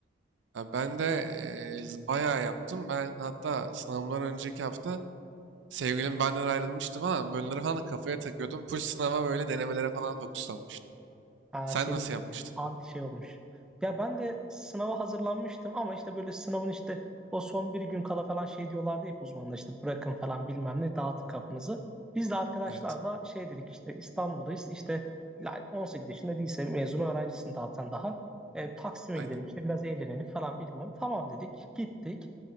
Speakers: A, on the right; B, in the centre.
A: Ha, ben de eee, bayağı yaptım. Ben hatta sınavımdan önceki hafta sevgilim benden ayrılmıştı falan. Bunları falan da kafaya takıyordum. Full sınava böyle denemelere falan fokuslanmıştım.
B: Aa,
A: Sen
B: senin
A: nasıl
B: için
A: yapmıştın?
B: bir anti şey olmuş. Ya ben de sınava hazırlanmıştım ama işte böyle sınavın işte o son bir gün kala falan şey diyorlardı hep uzmanlar işte bırakın falan bilmem ne dağıtın kafanızı. Biz de arkadaşlarla
A: Evet.
B: şey dedik işte İstanbul'dayız işte la- 18 yaşında lise mezunu öğrencisin dağıtan daha. E, Taksim'e
A: Aynen.
B: gidelim işte biraz eğlenelim falan bilmem. Tamam dedik gittik.